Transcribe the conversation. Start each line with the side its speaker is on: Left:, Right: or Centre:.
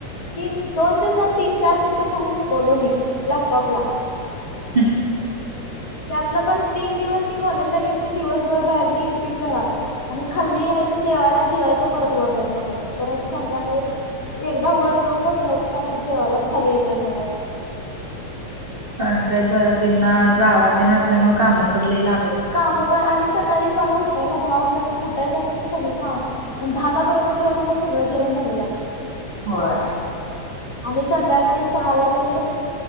Left: तीन दोन दिवसात तीन चार पिक्चर बघून सोपवलो मी लॅपटॉपला
Right: हम.
Left: त्यातल पण तीन दिवस ती कॉलेजला गेली ती दिवसभर बाहेर मी एकटीच घरात. आणि खाल्ली यायचं जेवायला जेवायचं परत वर जाऊन बसायचं परत संध्याकाळी एकदा वर जाऊन बसल की रात्री जेवायलाच खाली यायचं नऊ वाजता.
Right: ण काय त्यांना जावा ते आसल्यामुळ काम पडले लाग.
Left: काम प आली सक ताई मला उठायला दहा वाजलं उठायचा त्यांची सगळी कामण दहाला बरोबर जेवण मला सगळ जेवण झालं. दिला अस ना.
Right: होय!
Left: आणि संध्याकाळी सहाला तरी